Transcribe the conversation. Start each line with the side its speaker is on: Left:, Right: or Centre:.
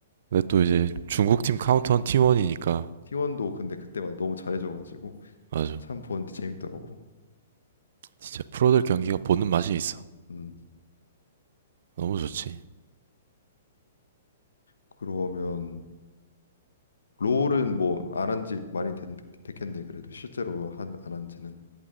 Right: 근데 또
Left: 너무
Right: 이제
Left: 어,
Right: 중국 팀 카운터는 T1이니까
Left: 어. T1도 근데 그때마다 너무 잘해줘가지고
Right: 맞아.
Left: 참 보는데 재밌더라고.
Right: 진짜 프로들 경기가 보는 맛이 있어.
Left: 음.
Right: 너무 좋지.
Left: 그러면 롤은 뭐 안 한 지 많이 됐, 됐겠네. 그래도 실제로 한 안 한지는.